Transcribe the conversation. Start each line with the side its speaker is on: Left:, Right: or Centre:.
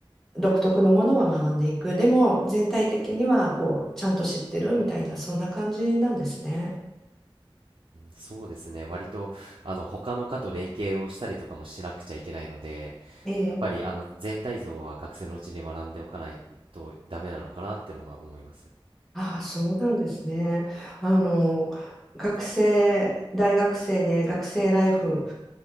Centre: 独特のものは学んでいく。でも、全体的には、こう、ちゃんと知ってるみたいな、そんな感じなんですね。
Right: そうですね。割と、あの、他の科と連携をしたりとかもしなくちゃいけないので、
Centre: ええ
Right: やっぱり、あの、全体像は学生のうちに学んでおかないとダメなのかなってのは思います。
Centre: ああ、そうなんですね。あの、学生、大学生で学生ライフ、